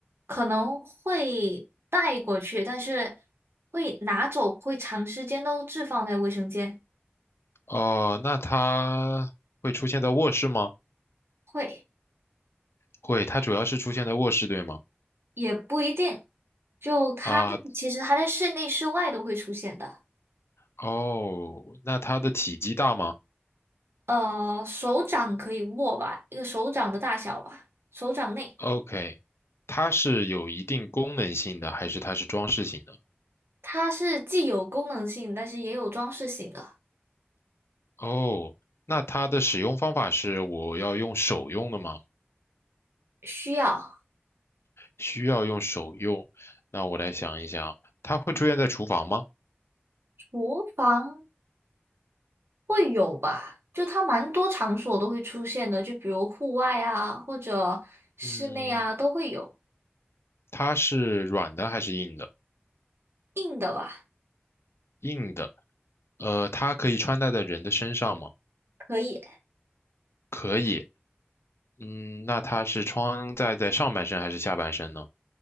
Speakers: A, on the right; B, on the left.
A: 可能会带过去，但是会拿走，会长时间都置放在卫生间。
B: 哦，那它会出现在卧室吗？
A: 会。
B: 会，它主要是出现在卧室，对吗？
A: 也不一定，就它其实它在室内、
B: 啊，
A: 室外都会出现的。
B: 哦，那它的体积大吗
A: 呃，手掌可以握吧，一个手掌的大小吧，手掌内，
B: ？OK，它是有一定功能性的，还是它是装饰性的？
A: 它是既有功能性，但是也有装饰性的，
B: 哦，那它的使用方法是我要用手用的吗？
A: 需要。
B: 需要用手用。那我来想一想，它会出现在厨房吗？
A: 厨房会有吧，就它蛮多场所都会出现的，就比如户外啊，或者室内啊都会有。
B: 嗯，它是软的还是硬的？
A: 硬的吧，
B: 硬的。呃，它可以穿戴在人的身上吗？
A: 可以，
B: 可以。嗯，那它是穿戴在上半身还是下半身呢？